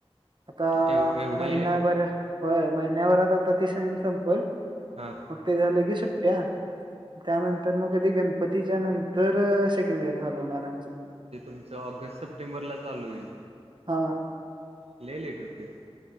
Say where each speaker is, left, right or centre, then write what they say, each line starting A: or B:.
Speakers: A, on the right (about 45°); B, on the right (about 75°).
A: आता
B: एव एवढं
A: महिन्याभर
B: लेट
A: होय महिन्याभरात आता त सयम संपल
B: हां
A: मग ते झालं की सुट्ट्या त्यानंतर मग कधी गणपतीच्या नंतर सेकंड इयर चालू होणार आमचं
B: म्हणजे तुमचं ऑगस्ट सप्टेंबरला चालू होईल
A: हा
B: ल लेट होते